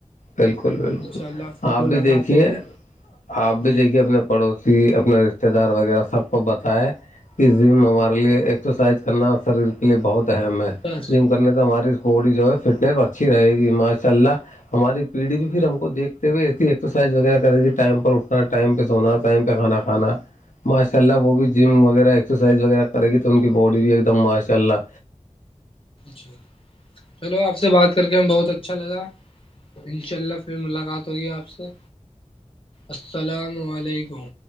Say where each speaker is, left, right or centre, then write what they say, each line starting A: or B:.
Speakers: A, on the left; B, on the left.
A: بالکل- بالکل
B: ان شاء اللہ پھر
A: آپ
B: ملاقات
A: بھی دیکھیے
B: ہوگی
A: آپ بھی
B: جی
A: دیکھیے اپنے- پڑوسی اپنے رشتے دار وغیرہ سب کو بتائے اس م ہمارے لیے ایک- سرسائز کرنا شریر کے لیے بہت اہم ہے
B: بس
A: ج کو- کرنے سے ہماری بی جو ہے فٹس اچھی رہے گی ماشاء اللہ- ہماری پیڑھی بھی پھر ہم کو دیکتے ہوئے ایسی ایکرسائز وغیرہ کریھی ٹائمہ اٹھنا ٹائ پہ سونا ائ پہ کھانا- پان ماشاء اللہ وہ بھی جم وغیرہ ایکسرسائز وغیرہ کرے گی تو ان کی باڈی بھی ایک دم ماشاء اللہ
B: جی چلو آپ سے بات کر کے ہمیں بہت اچھا لگا انشاء اللہ پھر ملاقات ہوگی آپ سے السلام علیکم